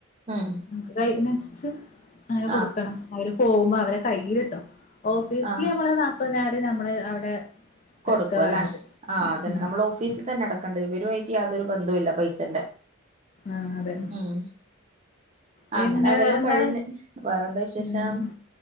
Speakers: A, on the right; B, on the left.
A: ഉം
B: <unintelligible> ച്ച് അങ്ങനെ കൊടുക്കണം
A: ആ
B: അവര് പോകുമ്പോ അവരെ കയ്യിലിട്ടോ ഓഫീസില്
A: ആ
B: നമ്മള് നാപ്പത്തിനായിരം ട്ട് നമ്മള് അവിടെ
A: കൊടുക്കു
B: അടക്ക
A: അല്ലേ
B: വേണ്ടത്
A: ആ അതന്നെ
B: ഉം
A: നമ്മള് ഓഫീസിതന്നെ അടക്കേണ്ടത് വരുവായി റ്റി യാതൊരു ബന്ധവും ഇല്ല പൈസെന്റെ
B: ആഹ് അതന്നെ
A: ഉം
B: പിന്നെ
A: അങ്ങനെ അതെല്ലാം
B: വേറെന്താ
A: കഴിഞ്ഞ് വേറെന്താ വിശേഷം
B: ഉം